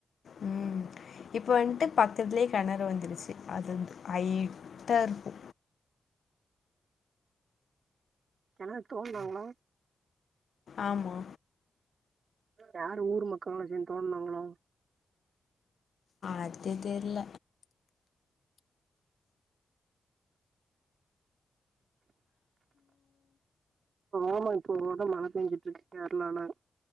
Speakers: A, on the left (about 70°); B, on the right (about 65°).
A: ம் இப்போ வந்ட்டு பக்கத்துலே கெணறு வந்துருச்சு அத ஐ த இருப்பு
B: கெணறு தோண்டுனாங்களா
A: ஆமா
B: யாரு ஊர் மக்கள்லா சேந்து தோண்டுனாங்களா
A: அது தெரில
B: ஆமா இப்போ ரொம்ப மழ பேஞ்சிட்டு இருக்கு கேரளால